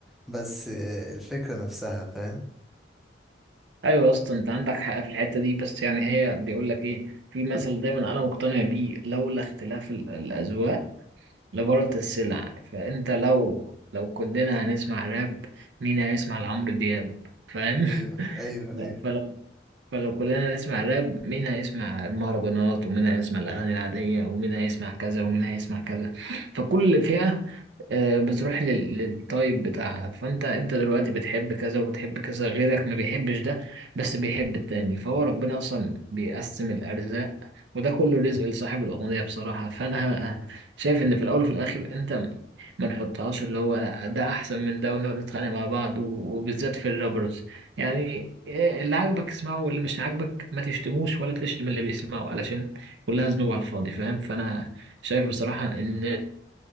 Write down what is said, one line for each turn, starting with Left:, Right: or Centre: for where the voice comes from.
Centre: بس آه، الفكرة نفسها فاهم
Right: ايوه يا اسطى انت عندك حق في الحته دي بس يعني هي بيقول لك ايه في مثل دايما انا مقتنع بيه لولا اختلاف ال- الاذواق لبارت السلع فانت لو لو كلنا هنسمع راب مين هيسمع لعمرو دياب فاهم
Centre: ايوه ايوه
Right: <laughs>
Centre: ايوه
Right: فلو فلو كلنا هنسمع راب مين هيسمع المهرجانات ومين هيسمع الاغاني العاديه ومين هيسمع كذا ومين هيسمع كذا فكل فئه آه، بتروح لل- للطيب بتاعها فانت انت دلوقتي بتحب كذا وبتحب كذا غيرك ما بيحبش ده بس بيحب التاني فهو ربنا اصلا بيقسم الارزاق وده كله رزق لصاحب الاغنية بصراحة فانا <laughs> شايف ان في الاول وفي الاخر انت ما نحطهاش اللي هو لا ده احسن من ده ونقعد نتخانق مع بعض و- وبالذات في الرابرز يعني آه، اللي عاجبك اسمعه واللي مش عاجبك ما تشتموش ولا تشتم اللي بيسمعه علشان كلها ذنوب على الفاضي فاهم فانا شايف بصراحة إن